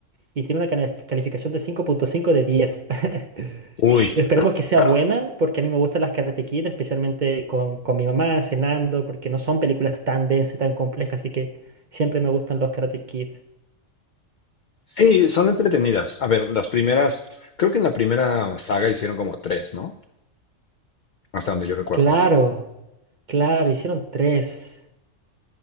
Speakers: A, on the right; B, on the left.
A: y tiene una cana- calificación de cinco punto cinco de 10. <laughs>
B: Uy.
A: Esperemos que sea
B: Ah.
A: buena, porque a mí me gustan las Karate Kid, especialmente con, con mi mamá, cenando, porque no son películas tan densas, tan complejas, así que siempre me gustan los Karate Kid.
B: Sí, son entretenidas. A ver, las primeras, creo que en la primera saga hicieron como tres, ¿no? Hasta donde yo recuerdo.
A: Claro, claro, hicieron tres.